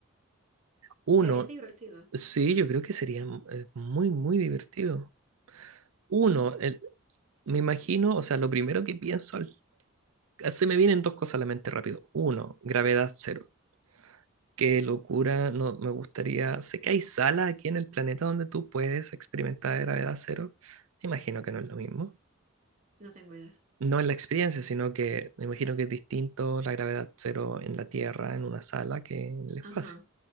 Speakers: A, on the right (about 80°); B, on the right (about 35°).
A: Uno,
B: ¿Qué harías divertido?
A: sí, yo creo que sería mm, eh, muy, muy divertido. Uno, el- me imagino, o sea, lo primero que pienso, al- se me vienen dos cosas a la mente rápido. Uno, gravedad cero. Qué locura, no, me gustaría. Sé que hay salas aquí en el planeta donde tú puedes experimentar gravedad cero. Me imagino que no es lo mismo.
B: No tengo idea.
A: No en la experiencia, sino que me imagino que es distinto la gravedad cero en la Tierra, en una sala, que en el espacio.
B: Ajá,